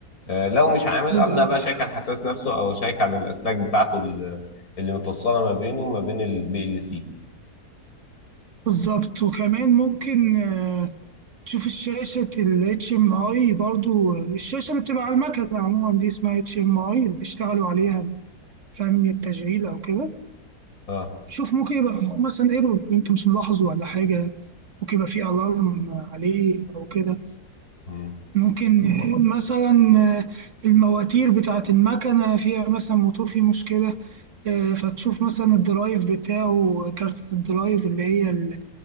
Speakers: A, on the left (about 65°); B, on the right (about 50°).
A: آه، لو مش عامل
B: بالظبط
A: ابدا بقى شيك على الحساس نفسه او شيك على الاسلاك بتاعته ال- اللي متوصله ما بينه وما بين البي ال سي
B: بالظبط وكمان ممكن آه تشوف الشاشه الاتش ام اي برضو الشاشه اللي بتبقى على المكنه عموما دي اسمها اتش ام اي اللي بيشتغلوا عليها فني التشغيل او كده
A: اه
B: شوف ممكن يبقى مثلا ايرور انت مش ملاحظه ولا حاجة ممكن يبقى فيه الارم عليه او كده
A: مم.
B: ممكن يكون مثلا آه، المواتير بتاعة المكنة فيها مثلا موتور فيه مشكلة آه، فتشوف مثلا الدرايف بتاعه كارت الدرايف اللي هي ال